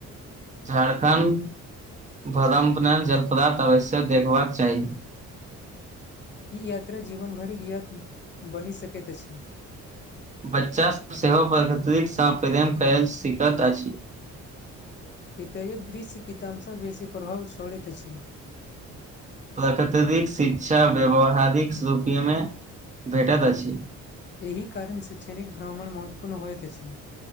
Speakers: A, on the right; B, on the left.
A: झड़खण्ड भ्रमपण जल पदार्थ आवश्यक देखबाक चाही
B: ई यात्रा जीवनभरिक ज्ञात बनि सकैत अछि
A: बच्चासभ सेहो प्रकतिकसँ प्रेम करयल सिखैत अछि
B: एतऽक दृश्य किताबसँ बेसी प्रभाव छोड़ैत अछि
A: प्राकृतिक शिक्षा व्यावहारिक रूपीमे भेटैत अछि
B: एहि कारण शैक्षणिक भ्रमण महत्वपूर्ण होइत अछि